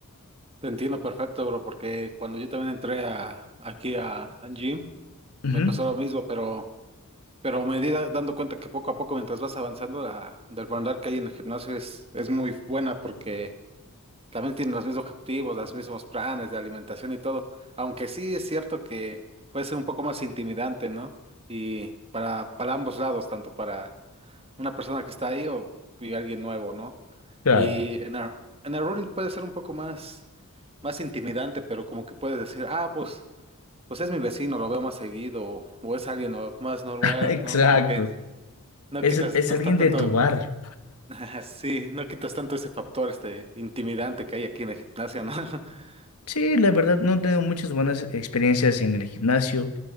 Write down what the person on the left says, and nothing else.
Ujú,
claro,
<laughs> exacto.
Es,
es
alguien
de tu barrio.
Sí, la verdad no he tenido muchas buenas experiencias en el gimnasio.